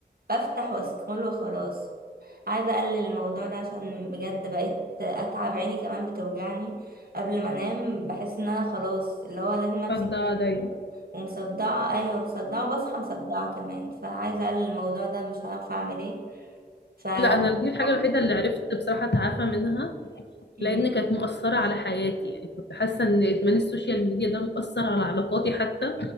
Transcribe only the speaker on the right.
بفتح واسكرول وخلاص عايزة اقلل الموضوع ده عشان بجد بقيت اتعب عيني كمان بتوجعني قبل ما انام بحس ان انا خلاص اللي هو لازم امسك
التليفون
ومصدعة ايوه مصدعة وبصحى مصدعة كمان فعايزة اقلل الموضوع ده مش عارفة اعمل ايه ف
<laughs>
كده
مم.